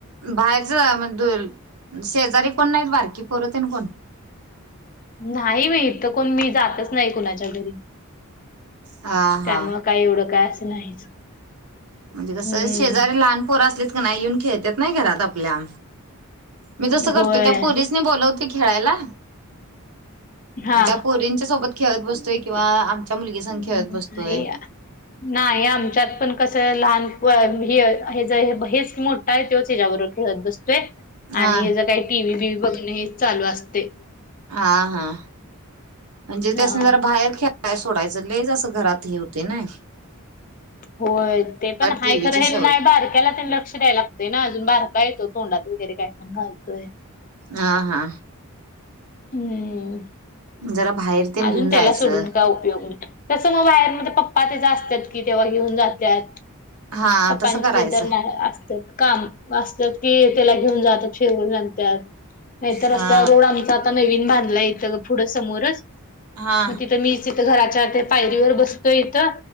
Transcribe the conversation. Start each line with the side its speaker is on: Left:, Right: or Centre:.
Right: बाहेरचं मग दूर शेजारी कोणं नाहीत बारकी पोरं तेन कोण?
Left: नाही व्हय इथं कोण मी जातच नाही कुणाच्या घरी.
Right: हा
Left: त्यामुळं
Right: हा.
Left: काय एवढं काय असं नाहीच.
Right: म्हणजे कसं
Left: हम्म
Right: शेजारी लहान पोर असलेत का नाही येऊन खेळत्यात की नाही घरात आपल्या. मी तसं करतो.
Left: होय
Right: त्या पोरीसनी बोलवते खेळायला
Left: हा
Right: त्या पोरींच्या सोबत खेळत बसतोय किंवा आमच्या मुलगीसगं
Left: नाही
Right: खेळत बसतोय.
Left: नाही. आमच्यात पण कसं लहान व्हय हे हेज हेच की मो ठ आहे तोच हेच्याबरोबर खेळत बसतोय.
Right: हा
Left: आणि हेज काय टी व्ही बीवी बघण हेच चालू असते.
Right: हा हा म्हणजे त्यासनी
Left: हा
Right: जरा बाहेर खे खेळाय सोडायचं. लईच असं घरात हे होते नाही.
Left: होय. ते पण हाय
Right: टीव्हीची
Left: खरं, हे
Right: सवय
Left: नाही बारक्याला तेन लक्ष द्यायला ते ना अजून बारका आहे तो तोंडात वगैरे काय पण घालतोय.
Right: हा हा.
Left: हम्म
Right: जरा बाहेर तेन
Left: अजून
Right: घेऊन
Left: त्याला
Right: जायचं
Left: सोडून काय उपयोग नाही. तसं मग बाहेर मगं त्याचं पप्पा तेज असत्यात की तेव्हा घेऊन जात्यात.
Right: हा
Left: पप्पांचे
Right: तसं करायचं
Left: तीन चार ना असतात काम. असत्यात की त्याला घेऊन जातात फिरवून आणतात नाहीतर
Right: हा
Left: रस्त्यावर रोड आम्हचा आता नवीन बांधला इथ पुढं समोरच
Right: हा
Left: मग तिथं मीच इथं घराच्या ते पायरीवर बसतोय इथं